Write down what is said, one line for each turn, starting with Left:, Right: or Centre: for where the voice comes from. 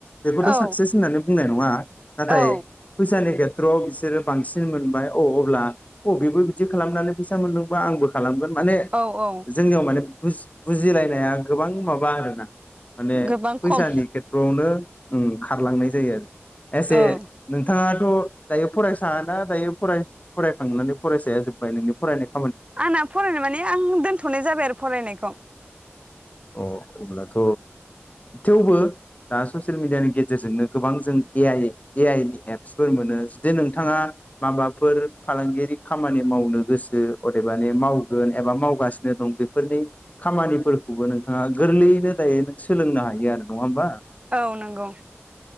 Left: बेखौथ
Right: औ
Left: साक्सेस होननानै बुंनाय नङा नाथाय
Right: औ
Left: फैसानि खेत त्रआव बिसोरो बांसिन मोनबाय अ अब्ला अ बेबो बिदि खालामनानै फैसा मोनदोंबा आंबो खालामगोन माने
Right: औ औ
Left: जोंनियाव माने बुस बुजिलायनाया गोबां माबा आरोना माने
Right: गोबां
Left: फैसानि
Right: खम
Left: खेथ्रआवनो ओ खारलांनाय जायो एसे
Right: औ
Left: नोंथाङा <unintelligible> दायो फरायसााना दायो फराय फरायखांनानै फरायसाया जोब्बाय नोंनि फरायनायख
Right: आंना फरायनो माने आं दोनथ थनाय जाबाय आरो फरायनायखौ।
Left: अह अब्लाथ थेवबो दा ससियेल मिडियानि गेजेरजोंनो गोबां जों ए आइ ए आइ नि एप्सफोर मोनो जुदि नोंथाङा माबाफोर फालांगियारि खामानि मावनो गोसो अदेबानि मावगोन एबा मावगासिनो दं बेफोरनि खामानिफोर खौबो नोंथाङा गोरलैयैनो दायो नों सोलोंनो हायो आरो नङा होमबा?
Right: औ नंगौ।